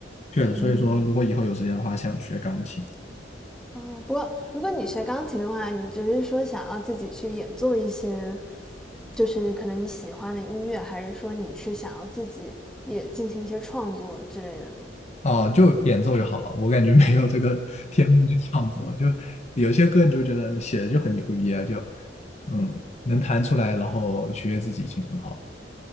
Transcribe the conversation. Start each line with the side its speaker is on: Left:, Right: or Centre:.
Left: 确实，
Centre: 嗯，
Left: 所以说如果以后有时间的话，想学钢琴。
Centre: 哦，不过如果你学钢琴的话，你只是说想要自己去演奏一些，就是可能你喜欢的音乐，还是说你是想要自己也进行一些创作之类的呢？
Left: 哦，就演奏就好了，我感觉没有这个 <laughs> 天赋去创作，就有些歌你就觉得写的就很牛逼啊，就嗯能弹出来，然后取悦自己已经很好了，